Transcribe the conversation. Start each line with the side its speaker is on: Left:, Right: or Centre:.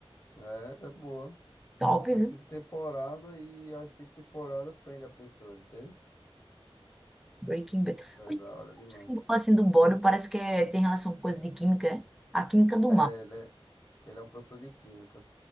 Left: É, é boa.
Centre: Top,
Left: É
Centre: viu?
Left: cinco temporadas e as cinco temporadas prende a pessoa, entende?
Centre: Breaking Bad.
Left: É
Centre: O
Left: da hora demais.
Centre: símbolo assim do bódio parece que é- tem relação com coisa de química, é? A química do
Left: É,
Centre: mal.
Left: ele é Ele é um professor de química.